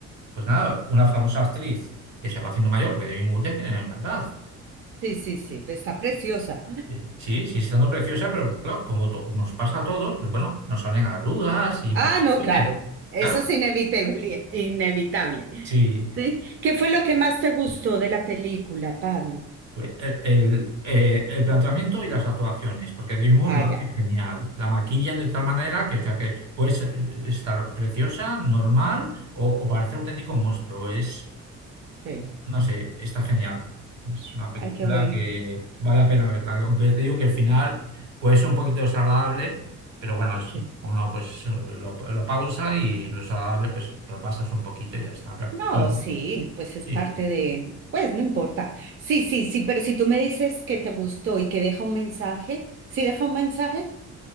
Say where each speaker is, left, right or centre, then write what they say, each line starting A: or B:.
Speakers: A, on the right; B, on the right.
A: pues nada, una famosa actriz que se va haciendo mayor, porque Demi Moore ya tiene una edad.
B: Sí, sí, sí, pero está preciosa.
A: Bien, Sí, sí, siendo preciosa, pero claro, como, to- como nos pasa a todos, pues bueno, nos salen arrugas y imperfecciones.
B: Ah, no, claro, eso
A: Claro,
B: es inevitable, inevitable.
A: sí.
B: ¿Sí? ¿Qué fue lo que más te gustó de la película, Pablo?
A: El, el- eh, el planteamiento y las actuaciones, porque Demi Moore
B: Ah,
A: lo
B: ya.
A: hace genial. La maquillan de tal
B: Sí,
A: manera que, o sea, que puedes estar preciosa, normal o, o parecer auténtico monstruo. Es,
B: sí.
A: no sé, está genial. Es una película
B: Ay, qué bueno.
A: que vale la pena verla. Aunque te digo que el final puede ser un poquito desagradable, pero bueno, es,
B: Sí.
A: uno pues lo, lo pausa y lo desagradable pues te lo pasas un poquito y ya está. Pero,
B: No,
A: pero-
B: sí, pues es
A: sí,
B: parte de, pues no importa. Sí, sí, sí, pero si tú me dices que te gustó y que deja un mensaje, ¿sí deja un mensaje?